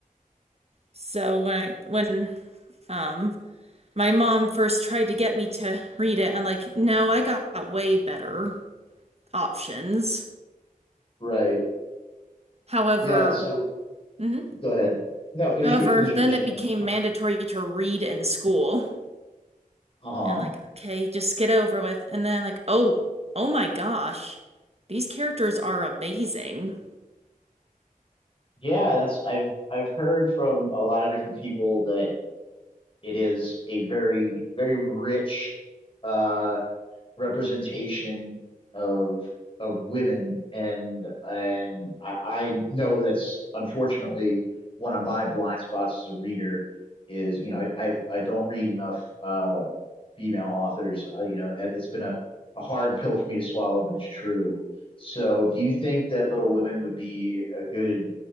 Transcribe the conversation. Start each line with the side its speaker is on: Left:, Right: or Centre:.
Right: So when I when um my mom first tried to get me to read it, I'm like, "No, I got way better." options.
Left: Right.
Right: However,
Left: Yeah. So
Right: mhm.
Left: go ahead. No, finish
Right: However,
Left: what finish
Right: then
Left: what you're saying.
Right: it became
Left: It's fine.
Right: mandatory to read in school.
Left: Uh-huh.
Right: And like, okay, just get over with. And then like, oh, oh my gosh, these characters are amazing.
Left: Yeah, that's I've I've heard from a lot of different people that It is a very, very rich uh, representation of of women, and and I, I know that's unfortunately one of my blind spots as a reader is you know I I've, I don't read enough uh, female authors. Uh, you know, it, it's been a a hard pill for me to swallow, but it's true. So, do you think that Little Women would be a good